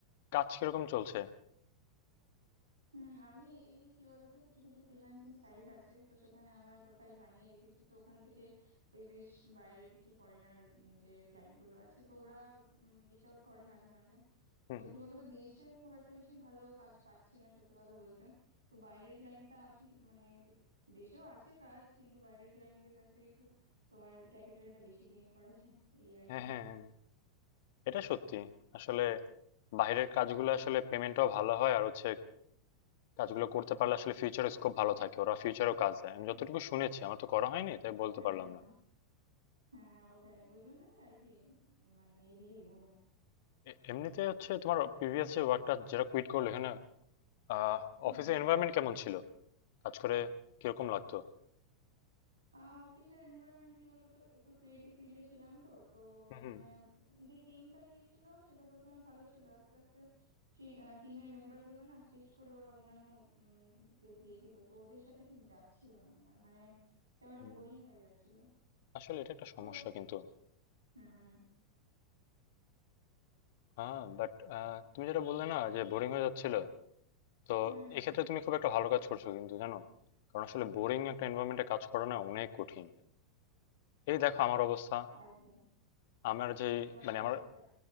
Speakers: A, on the left; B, on the right.
A: কাজ কিরকম চলছে
B: হুম আমি এই কি বলতো কিছু কিছু ফ্রিল্যান্সিং সাইট আছে তো সেখানে আমার প্রোফাইল বানিয়ে রেখেছি তো ওখান থেকে ওই বেশ বাইরের কিছু ফরেনার যে ক্লায়েন্ট গুলো আছে তো ওরা রিচ আউট করে মাঝে মাঝে
A: হুম
B: তো
A: হুম
B: কি বলতো দেশে খুব একটা বেশি ভালো কাজ পাচ্ছি না সত্যি কথা বলতে তো বাইরের ক্লায়েন্টটা আসলে মানে দেশেও আছে কাজ কিন্তু বাইরের ক্লায়েন্টদের কাছ থেকে একটু তোমার ক্যাপিটালটা বেশি গেইন করা যায় এই আর
A: হ্যাঁ
B: কি
A: হ্যাঁ হ্যাঁ। এটা সত্যি আসলে বাইরের কাজগুলো আসলে পেমেন্টও ভালো হয় আর হচ্ছে কাজগুলো করতে পারলে আসলে ফিউচার স্কোপ ভালো থাকে ওরা ফিউচারও কাজ দেয় আমি
B: আর
A: যতটুকু শুনেছি আমার তো করা হয়নি তাই বলতে
B: হ্যাঁ
A: পারলাম
B: হ্যাঁ
A: না
B: হ্যাঁ ওটাই ওই জন্যই আর কি মানে এইদিকে এগোনো
A: এ- এমনিতে হচ্ছে তোমার প্রিভিয়াস যে ওয়ার্কটা যেটা কুইট করলে এখানে আহ
B: হুম
A: অফিসের এনভায়রনমেন্ট কেমন ছিল কাজ করে কিরকম লাগতো
B: আহ অফিসের এনভায়রনমেন্ট কি বলতো একটু ক্রিয়েটিভ ফিল্ডে ছিলাম তো তো
A: হুম হুম
B: মানে উম যে টিমটা দিয়েছিল সেটা প্রথমে ভালো ছিল আস্তে আস্তে টিমের মেম্বার গুলো না সুইচ করে ওরা অন্যান্য উম, দের দিয়ে দিল তো ওদের সাথে ঠিক যাচ্ছিল না আমার মানে কেমন একটা
A: হুম।
B: বোরিং হয়ে যাচ্ছিল
A: আসলে এটা একটা
B: তো
A: সমস্যা কিন্তু
B: হুম
A: হ্যাঁ বাট তুমি যেটা বললে না যে বোরিং হয়ে যাচ্ছিল তো
B: হুম
A: এক্ষেত্রে তুমি খুব একটা ভালো কাজ করছো কিন্তু জানো কারণ আসলে বোরিং একটা এনভায়রনমেন্টে কাজ করা না অনেক কঠিন এই দেখো আমার অবস্থা
B: একদম
A: আমার যে
B: তোমার
A: মানে
B: একই
A: আমার
B: অবস্থা